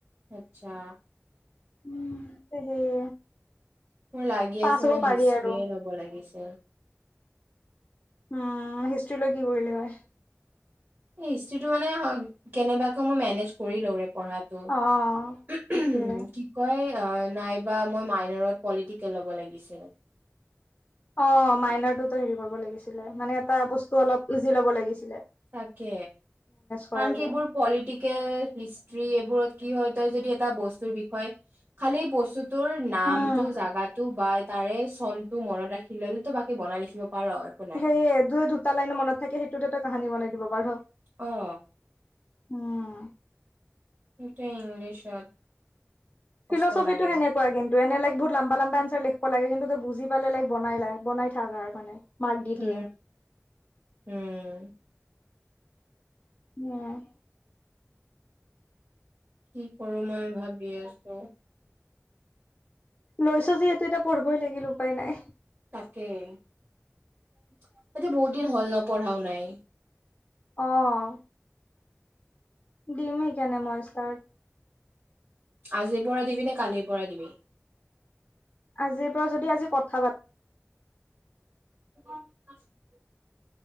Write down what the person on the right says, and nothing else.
আত্চ্ছা।
মোৰ লাগি
আছে
মই
হিষ্ট্ৰীয়ে
ল'ব লাগিছিল।
হিষ্টোৰীটো মানে কেনেবাকে মই মেনেজ কৰি লওঁ ৰ। পঢ়াটো
কি কয় নাইবা মই মাইনৰত পলিটিকেল ল'ব লাগিছিল।
তাকে
কাৰণ কি এইবোৰ পলিটিকেল হিষ্টষ্ট্ৰি এইবোৰত কি হয় তই যদি এটা বস্তুৰ বিষয় খালি বস্তুটোৰ নামটো
জাগাটো বা তাৰে চনটো মনত ৰাখি লল তই বাকী বনাই লিখিব- পাৰ একো নাই
অহ।
এতিয়া ইংলিছত কষ্ট
লাগে
উম
উম।
কি কৰো মই ভাবি আছো।
এতিয়া বহুত দিন হ'ল ন পঢ়াও নাই।
আজিৰ পৰা দিবি নে কালিৰ পৰা দিবি?
<unintelligible>